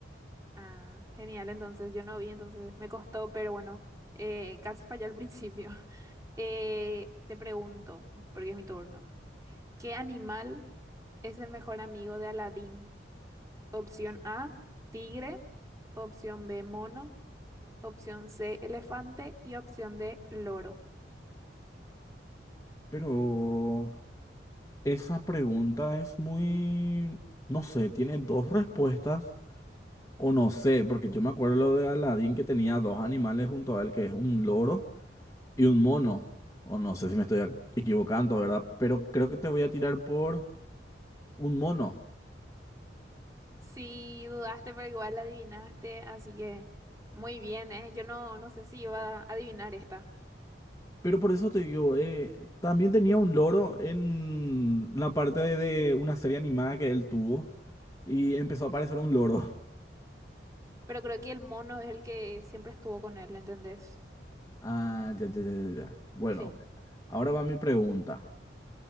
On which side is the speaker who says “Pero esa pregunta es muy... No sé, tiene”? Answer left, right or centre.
Left